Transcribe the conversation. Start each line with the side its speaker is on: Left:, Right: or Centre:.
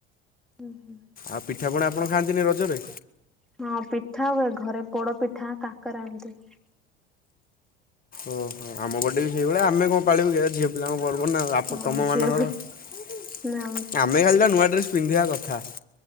Centre: ହୁଃ
Left: ଆଉ ପିଠାପଣା ଆପଣ ଖାଆନ୍ତିନି ରଜରେ?
Centre: ହଁ ପିଠା ହୁଏ ଘରେ ପୋଡ ପିଠା କାକେରା ଏମତି।
Left: ଓହୋ ଆମ ପଟେ ବି ସେଇଭଳିଆ ଆମେ କଁ ପାଳିବୁ କି ଏ ଝିଅ ପିଲାଙ୍କ ପର୍ବ ନା ଆଉ ଆପ
Centre: ହଁ
Left: ତମମାନଙ୍କର
Centre: ଝିଅ ନା
Left: ଆମେ ଖାଲିଯା ନୂଆ ଡ୍ରେସ୍ ପିନ୍ଧିଆ କଥା।